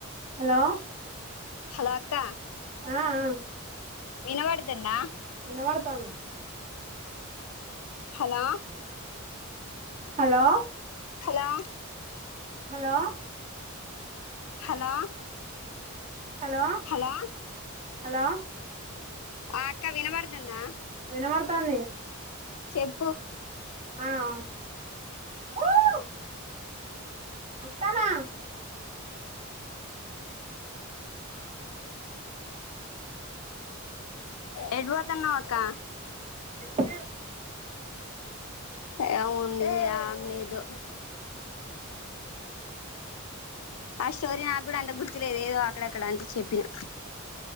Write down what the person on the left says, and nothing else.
హలో అక్క
వినబడతందా
hello
hello
hello
hello
ఆ అక్క వినపడుతుందా
చెప్పు
ఎటు పోతన్నావ్ అక్క
ఏముంది ఆం లేదు ఆ స్టోరీ నాకు కూడా అంత గుర్తు లేదు ఏదో అక్కడక్కడ అంతే చెప్పిన